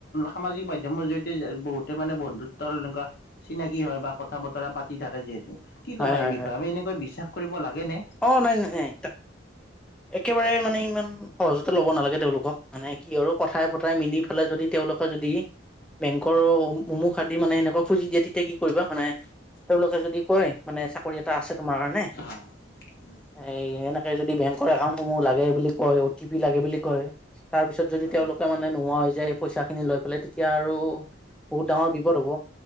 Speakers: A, on the left; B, in the centre.
A: সামাজিক মাধ্যয়ম জৰিয়তে যে বহুতে মানে বন্ধুত্বৰ এনেকুৱা চিনাকি হয় বা কথা বতৰা পা থাকে যিহেতু কি
B: হয়,
A: ক'বা
B: হয়,
A: এই বিষয়ে
B: হয়,
A: আমি এনেকৈ বিশ্বাস কৰিব লাগে নে।
B: অ, নাই, নাই, নাই ত একেবাৰে মানে ইমান সহজতে ল'ব নালাগে তেওঁলোকক মানে কি আৰু কথাই, পতাই মিলি পেলাই যদি তেওঁলোকৰ যদি বেংকৰ অমুক আদি মানে সেনেকৈ খুজি দিয়ে তেতিয়া কি কৰিবা মানে তেওঁলোকে যদি কয় মানে চাকৰি এটা আছে তোমাৰ কাৰণে।
A: অ'।
B: এই এনেকে যদি বেংকৰ একাউণ্ট সমূহ লাগে বুলি কয় ও টি পি লাগে বুলি কয়। তাৰ পিছত যদি
A: হয়
B: তেওঁলোকে মানে মানে নোহোৱা হৈ যে পইচা খিনি লৈ পেলাই তেতিয়া আৰু বহুত ডাঙৰ বিপদ হ'ব।